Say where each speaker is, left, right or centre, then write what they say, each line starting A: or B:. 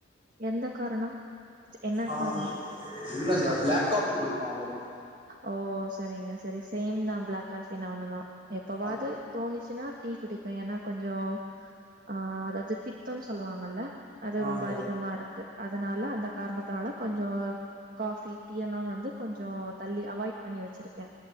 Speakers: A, on the right (about 45°); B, on the right (about 30°).
A: எந்த காரணம் என்ன
B: ஆஹ்
A: காரணம்
B: இல்லங்க பிளாக் காபி குடிப்பா அவ்ளோதா வ
A: ஓ செரிங்க செரி சேம் தா பிளாக் காபி நானும்தா எப்பவாவது
B: ஆ
A: தோணிச்சுன்னா டீ குடிப்பே ஏன்னா கொஞ்சோ ஆஹ் அதாவது பித்தம் சொல்லுவாங்கல்ல அது
B: ஆங்க
A: ரொம்ப அதிகமா இருக்கு அதனால அந்த காரணத்தனால கொஞ்சோ காஃபி டீ எல்லா வந்து கொஞ்சோ தள்ளி அவொய்ட் பண்ணி வச்சிருக்கே